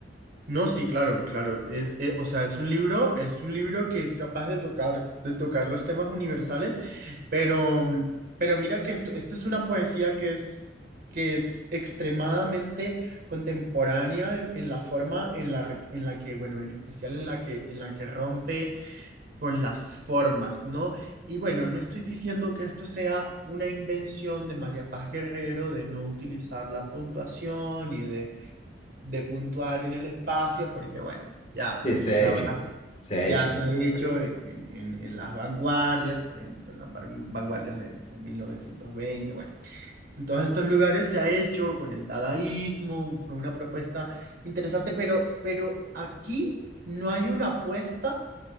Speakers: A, on the right (about 55°); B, on the left (about 40°).
A: No, sí, claro, claro. Es, eh, o sea, es un libro, es un libro que es capaz de tocar, de tocar los temas universales, pero, mm, pero mira que esto, esto es una poesía que es, que es extremadamente contemporánea en, en la forma en la, en la que, bueno, en especial en la que, en la que rompe con las formas, ¿no? Y bueno, no estoy diciendo que esto sea una invención de María Paz Guerrero, de no utilizar la puntuación y de de puntuar en el espacio, porque bueno, ya
B: Sí, se
A: tú
B: ha
A: sabrás,
B: hecho, se ha
A: ya
B: hecho mucho.
A: se ha hecho en, en- en- en las vanguardias, por ejemplo, en las van- vanguardias de, de 1920, bueno. En todos estos lugares se ha hecho con el dadaísmo, fue una propuesta interesante, pero, pero aquí no hay una apuesta